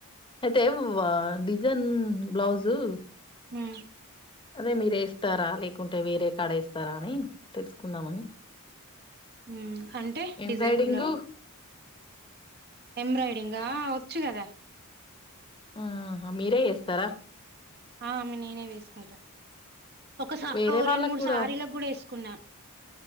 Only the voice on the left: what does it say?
అయితే వా డిజైన్ బ్లౌజూ.
అదే మీరు ఏస్తారా లేకుంటే వేరే కాడ ఏస్తారా అని తెలుసుకుందామని
ఎంబ్రాయిడింగు
ఆ మీరే ఏస్తారా
వేరే వాళ్ళకు
కూడా